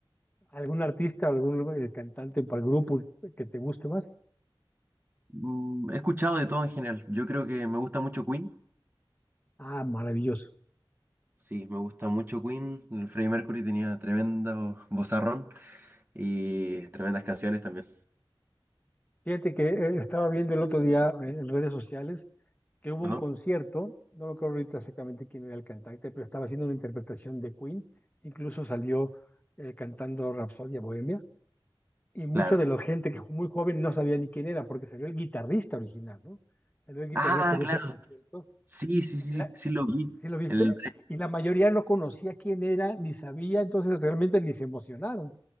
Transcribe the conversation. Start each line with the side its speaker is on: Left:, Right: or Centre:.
Left: ¿Algún artista, algún eh, cantante para el grupo que te guste más?
Right: Mm, He escuchado de todo en general. Yo creo que me gusta mucho Queen.
Left: Ah, maravilloso.
Right: Sí, me gusta mucho Queen. El Freddie Mercury tenía tremendo vozarrón y tremendas canciones también.
Left: Fíjate que eh, estaba viendo el otro día eh, en redes sociales que hubo
Right: Ajá,
Left: un concierto, no me acuerdo ahorita exactamente quién era el cantante, pero estaba haciendo una interpretación de Queen, incluso salió eh, cantando Rapsodia Bohemia, y mucha
Right: Claro.
Left: de la gente que muy joven no sabía ni quién era, porque salió el guitarrista original, ¿no? Salió el guitarrista
Right: Ah,
Left: en
Right: claro.
Left: ese concierto,
Right: Sí, sí, sí,
Left: y la-
Right: sí, sí lo vi.
Left: ¿sí lo viste?
Right: El...
Left: Y la mayoría no conocía quién era, ni sabía, entonces realmente ni se emocionaron.